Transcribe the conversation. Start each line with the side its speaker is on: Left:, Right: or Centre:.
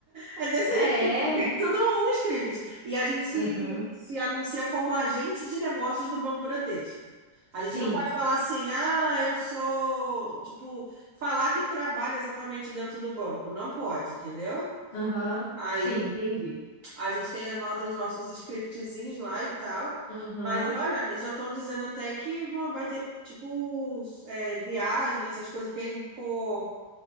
Right: É desse
Left: É.
Right: <laughs> jeito. Tem tudo um script. E a gente se,
Left: Aham.
Right: se anuncia como agente de negócios do Banco Bradesco. A
Left: Sim.
Right: gente não pode falar assim, ah, eu sou. Tipo, falar que trabalha exatamente dentro do banco. Não pode, entendeu?
Left: Aham.
Right: Aí
Left: Sim, entendi.
Right: a gente tem a no- os nossos scriptzinhos lá e tal.
Left: Aham.
Right: Mas olha, e já estão dizendo até que vão- vai ter, tipo, é, viagem, essas coisas. Quem for.